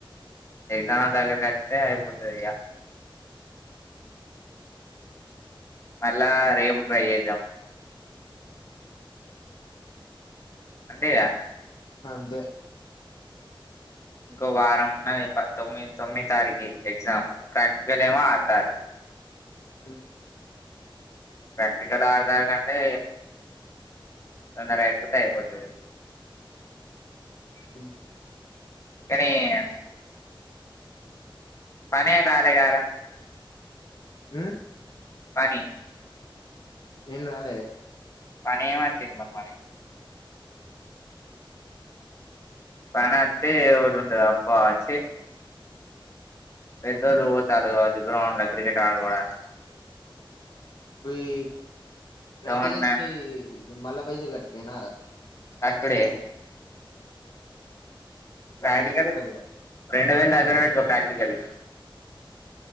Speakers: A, on the left; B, on the left.
A: ఎగ్జామ్లు దగ్గరకి అచ్చినయ్ అయిపోతది మళ్ళా రేపు ట్రై చేద్దాం అంతేగా
B: అంతే
A: ఇంకో వారం ఉన్న తొమ్మిది తొమ్మిది తారీకి ఎగ్జాము ప్రాక్టికల్ ఏమో ఆరు తారీకు
B: హ
A: ప్రాక్టికల్ ఆరు తారీకు అంటే తొందర అయిపోతే అయిపోతది
B: అ
A: కానీ పనే రాలేదు గారా
B: మ్మ్
A: పని
B: ఏం రాలే
A: పని ఏం అచ్చింది మరి పనికి పానా చి ఒక్కటి ఉంటది అబ్బా చి పెద్దోళ్ళు పోతాన్లు కావచ్చు గ్రౌండ్లో క్రికెట్ ఆడుకోవడాన్
B: పోయి ప్రాక్టికల్స్
A: టౌన్
B: కి మల్ల పైసలు కట్టుటేనేరా
A: కట్టుడే ప్రాక్టికల్
B: మళ్ళీ ఎంత ఉంటదో
A: రెండు వేలు దగ్గర పెట్టుకో ప్రాక్టికల్